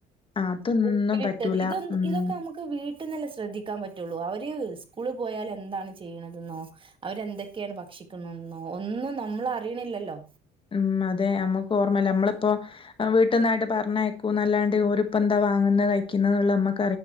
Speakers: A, on the left; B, on the right.
A: അതൊന്നും
B: ഉപ്പിലിട്ടത്
A: പറ്റൂല
B: ഇതൊന്ന്
A: ഉം
B: <unintelligible> ഇതൊക്കെ നമുക്ക് വീ <unintelligible> ശ്രദ്ധിക്കാൻ പറ്റുള്ളൂ അവര് സ്കൂളി പോയാലെന്താണ് ചെയ്യണതെന്നോ അവരെന്തൊക്കെയാണ് ഭക്ഷിക്കുന്നെന്നോ ഒന്നും നമ്മളറിയണില്ലല്ലോ.
A: ഉം അതെ നമ്മക്ക് ഓർമ്മല്ല നമ്മളിപ്പോ അ വീട്ടിന്നായിട്ട് പറഞ്ഞയക്കൂന്നല്ലാണ്ട് ഓരിപ്പം ന്താ വാങ്ങുന്നേ കഴിക്കുന്നേന്നുള്ള നമ്മുക്ക്